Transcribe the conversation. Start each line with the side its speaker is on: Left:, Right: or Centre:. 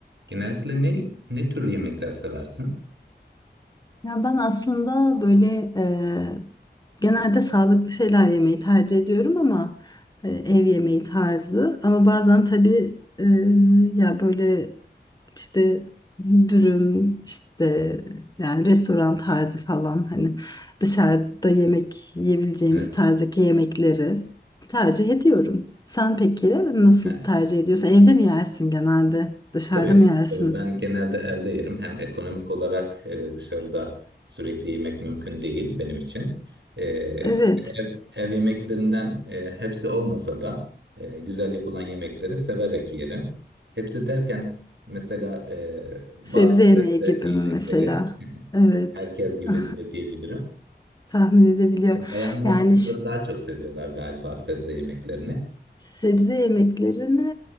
Right: Genellikle ne ne tür yemekler seversin?
Left: Ya ben aslında böyle e, genelde sağlıklı şeyler yemeyi tercih ediyorum ama e, ev yemeği tarzı. Ama bazen tabii e, ya böyle işte dürüm işte yani restoran tarzı falan hani dışarıda yemek yiyebileceğimiz
Right: Evet.
Left: tarzdaki yemekleri tercih ediyorum. Sen peki nasıl
Right: Yani,
Left: tercih ediyorsun? Evde mi yersin genelde? Dışarıda
Right: tabii,
Left: mı yersin?
Right: tabii ben genelde evde yerim. Hem ekonomik olarak e, dışarıda sürekli yemek mümkün değil benim için. E,
Left: Evet.
Right: bir de ev, ev yemeklerinden e, hepsi olmasa da e, güzel yapılan yemekleri severek yerim. Hepsi derken mesela e, bazı
Left: Sebze
Right: sebze
Left: yemeği gibi
Right: yemekleri
Left: mi mesela? Evet.
Right: herkes gibi
Left: <laughs>
Right: de diyebilirim.
Left: Tahmin edebiliyorum.
Right: E, bayanlar
Left: Yani
Right: bunları daha çok seviyorlar galiba sebze yemeklerini.
Left: Sebze yemeklerini